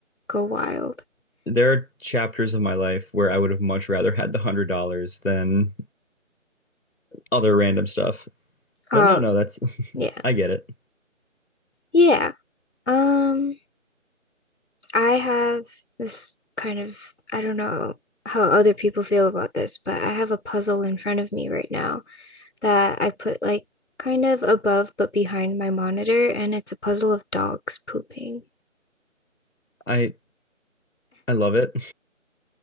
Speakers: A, on the left; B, on the left.
A: go wild.
B: There are chapters of my life where I would have much rather had the hundred dollars than other random stuff.
A: Oh,
B: But no, no, that's <laughs>
A: yeah.
B: I get it.
A: Yeah. Um, I have this kind of I don't know how other people feel about this, but I have a puzzle in front of me right now that I put like kind of above but behind my monitor, and it's a puzzle of dogs pooping.
B: I I love it.